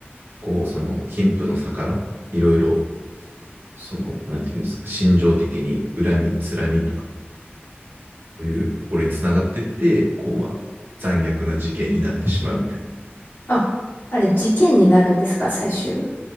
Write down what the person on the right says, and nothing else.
こう、その貧富の差から、いろいろ、その、なんていうんですか、心情的に恨み、つらみとか、そういうところにつながっていって、こう、まあ、残虐な事件になってしまうみたいな。